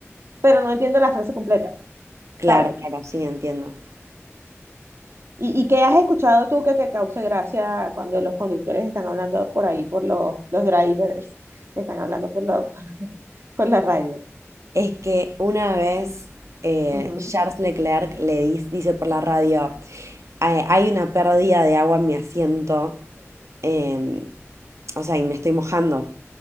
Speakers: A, on the right (about 60°); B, on the right (about 80°).
A: pero no entiendo la frase completa,
B: claro,
A: ¿sabes?
B: claro, sí, entiendo.
A: ¿Y, y qué has escuchado tú que te cause gracia cuando los conductores están hablando por ahí, por los, los drivers, están hablando por, lo- por la radio?
B: Es que una vez eh,
A: Ujú,
B: Charles Leclerc le dis- dice por la radio, "Hay hay una pérdida de agua en mi asiento, em, o sea, y me estoy mojando.